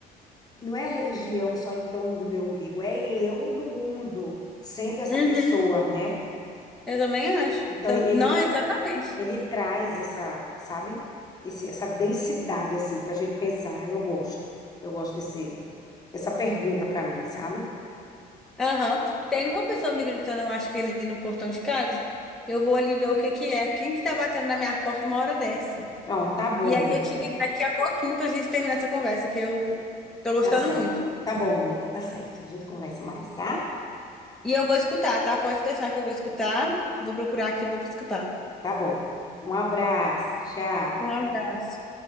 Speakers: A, on the left; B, in the centre.
A: não é a religião só em torno do meu umbigo, é eu no mundo, sendo essa
B: Uhum.
A: pessoa, né?
B: Eu também acho.
A: Então
B: Tam-
A: ele
B: Não, exatamente.
A: Ele traz essa, sabe? Esse- essa densidade, assim, pra gente pensar. Eu gosto. Eu gosto desse, dessa pergunta pra mim, sabe?
B: Aham. Tem uma pessoa me gritando, eu acho que ele no portão de casa. Eu vou ali ver o que que é. Quem que tá batendo na minha porta uma hora dessa?
A: Pronto, tá bom,
B: E aí
A: amiga.
B: eu te ligo daqui a pouquinho pra gente terminar essa conversa, que eu tô gostando
A: Tá certo.
B: muito.
A: Tá bom, amiga, tá certo. A gente conversa mais, tá?
B: E eu vou escutar, tá? Pode deixar que eu vou escutar. Vou procurar aqui, e vou escutar.
A: Tá bom. Um abraço. Tchau.
B: Um abraço.